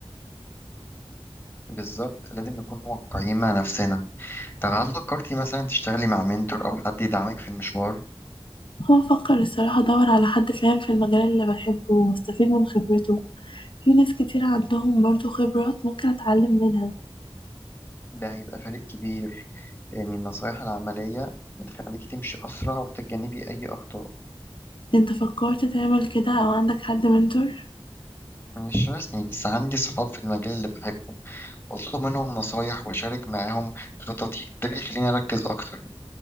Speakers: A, on the left; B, on the left.
A: بالظبط لازم نكون واقعيين مع نفسنا طب هل فكرتي مثلا تشتغلي مع منتور أو حد يدعمك في المشوار؟
B: هو فكر الصراحة أدور على حد فاهم في المجال اللي بحبه واستفيد من خبرته في ناس كتير عندهم برضو خبرات ممكن أتعلم منها
A: ده هيبقى فارق كبير لأن النصايح العملية بتخليكي تمشي أسرع وتتجنبي أي أخطاء
B: انت فكرت تعمل كده أو عندك حد منتور؟
A: مش رسمي بس عندي صحاب في المجال اللي بحبه بطلب منهم نصايح وأشارك معاهم خططي ده بيخليني أركز أكتر